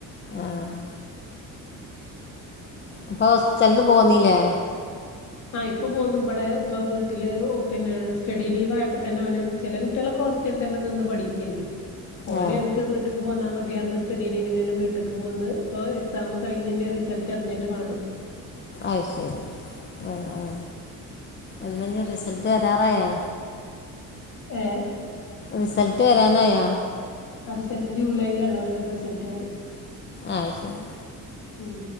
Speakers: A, on the left (about 30°); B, on the left (about 60°).
A: ആഹ് അപ്പൊ ഹോസ്റ്റലന്ന് പോന്നീല്ലേ
B: ആഹ് ഇപ്പൊ പോന്നു ബടെ ഇപ്പൊ വീട്ടില് പിന്നെ സ്റ്റഡി ലീവ് ആയപ്പോ തന്നെ ഓന് ചില കുട്ടിള് ഒക്കെ ഹോസ്റ്റലിതന്നെ നിന്ന്പഠിക്കുനു ഓനെ
A: ആ
B: എനിക്ക് വ് ട്ട്ക്ക് പോന്നാമതിന്ന്റഞ്ഞ് സ്റ്റഡിലീവ്ന ന്നെ വീട്ടക്ക് പോന്ന് ഇപ്പോ എക്സാം കഴിഞ്ഞ് റിസൾട്ട്റിഞ്ഞിട്ട് വാണം ആഹ്
A: അയ്ശരി ആ ആ എന്നാനിറിസൾട്ട് വരാറായാ
B: ഏഹ്
A: റിസൾട്ട് വരാനായാ
B: ആഹ് റിസൾട്ട് ജൂലൈലാണോല്ല റിസൾട്ട് വര
A: ആഹ് ശരി
B: ഉം